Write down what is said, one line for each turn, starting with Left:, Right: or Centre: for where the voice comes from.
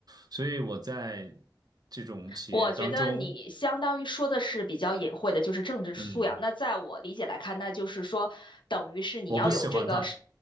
Right: 所以我在这种企业当中，
Left: 我觉得你相当于说的是比较隐晦的，就是政治素养。
Right: 嗯，
Left: 那在我理解来看，那就是说，等于是你要有这个是，
Right: 我不喜欢它。